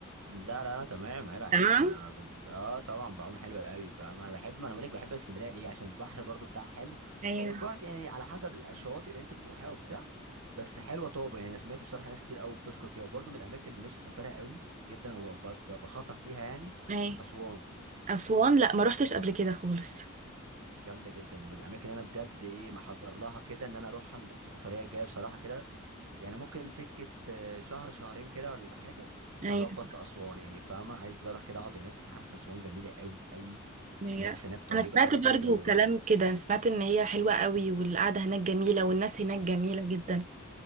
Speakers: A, on the right (about 85°); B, on the right (about 35°).
A: لا لا لا تمام عيب عليك
B: تمام
A: يعني انا بن... اه طبعا بعوم حلو قوي فاهم انا بحب ما انا بقول لك بحب اسكندريه ليه عشان البحر برضو بتاعها حلو
B: ايوه
A: هو البحر يعني على حسب الشواطئ اللي انت بتروحيها وبتاع بس حلوه طابه يعني انا سمعت بصراحه ناس كتير قوي بتشكر فيها وبرضو من الاماكن اللي نفسي اسافرها قوي جدا وبخطط ليها يعني
B: اهي
A: اسوان
B: اسوان لا ما روحتش قبل كده خالص
A: جامده جدا من الاماكن اللي انا بجد ايه محضر لها كده ان انا اروح السفريه الجايه بصراحه كده يعني ممكن سكة آه، شهر شهرين كده ولا حاجة
B: ايوه
A: هظبط لأسوان يعني فاهمة عايز أروح كده أقعد هناك أنت عارفة أسوان جميلة أوي أوي
B: بجد
A: الناس هناك طيبة
B: انا سمعت
A: أوي
B: برضو
A: بجد يا نوران
B: كلام كده أنا سمعت ان هي حلوه قوي والقعده هناك جميله والناس هناك جميله جدا